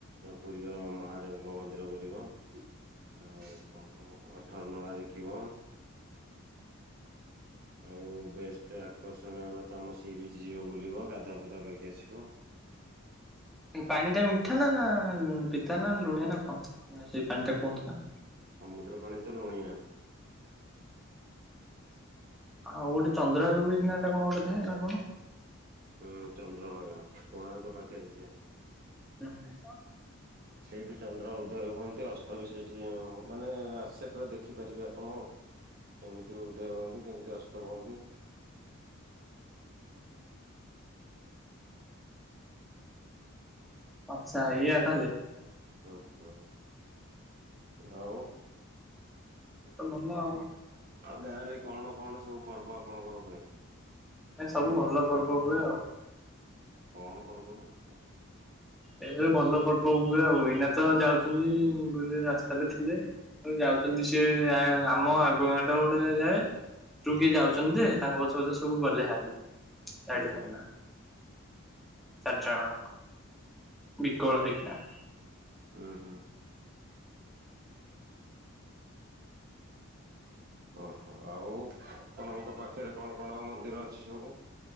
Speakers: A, on the right; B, in the centre.
A: ପୁରୀର ମହାଦେବଙ୍କ ମନ୍ଦିର ବୁଲିବ। ଆଉ କଣ ଅଠର ନଳା ଦେଖିବ। ଆଉ ବେଷ୍ଟ ଆକର୍ଷଣୀୟ ହେଲା ତମ ସିବିଚ୍ ଯିବ ବୁଲିବ ଗାଧୁଆ ପାଧୁଆ କରିକି ଆସିବ।
B: ପାଣି ଟା ମିଠା ନା ପିତା ନା ଲୁଣିଆ ନା କଣ ସେଇ ପାଣି ଟା କୁହନ୍ତୁ ନା?
A: ସମୁଦ୍ର ପାଣି ତ ଲୁଣିଆ।
B: <inaudible> ଆଉ ଗୋଟେ ଚନ୍ଦ୍ରଭାଗ ବିଚ ନା ହେଟା କଣ ଗୋଟେ ଥାଏ ନା କଣ?
A: ହୁଁ ଚନ୍ଦ୍ରଭାଗା କୋଣାର୍କ ପାଖରେ ସେ।
B: ନା ନା।
A: ସେଇଠି ଚନ୍ଦ୍ର ଉଦୟ ହୁଅନ୍ତି ଅସ୍ତ ବି ସେଇଠି ମାନେ ଆସେ ପୁରା ଦେଖିପାରିବେ ଆପଣ ଆଉ କେମିତି ଉଦୟ ହୁଅନ୍ତି କେମିତି ଅସ୍ତ ହୁଅନ୍ତି।
B: ଓ ହୁଁ ଆଚ୍ଛା ଇଏଆ ତାହାଲେ।
A: ହୁଁ ହୁଁ <inaudible> ଆଉ।
B: ଇଏ ତ ଭଲ ଆଉ।
A: ଆଉ ଗାଁରେ କଣ କଣ ସବୁ ପର୍ବ ଆପଣଙ୍କର ହୁଏ?
B: ଏ ସବୁ ଭଲ ପର୍ବ ହୁଏ ଆଉ।
A: କଣ ପର୍ବ ମ କଣ?
B: ଏସବୁ ଭଲ ପର୍ବ ହୁଏ ଆଉ ଏଇନା ତ ଯାଉଛନ୍ତି ଗୋଟ ରାସ୍ତାରେ ଥିଲେ ଯାଉଛନ୍ତି ସିଏ ଆମ ଆଗ ଗାଁ ଟା ଗୋଟେ ଯାଏ। ତୁ
A: ହୁଁ
B: କି ଯାଉଛନ୍ତି ଯେ ତାଙ୍କ ପଛେ ପଛରେ ସବୁ ଗଲେହାରି। ଏଇଟି ଧରେନା
A: ହୁଁ
B: <inaudible> ଚାରି ଜଣଆକ ବିକଳ ହେଇକିନା
A: ଉଁ ହୁଁ। ଓହୋ ଆଉ ଆପଣଙ୍କ ପାଖରେ କଣ କଣ ମନ୍ଦିର ଅଛି ସବୁ?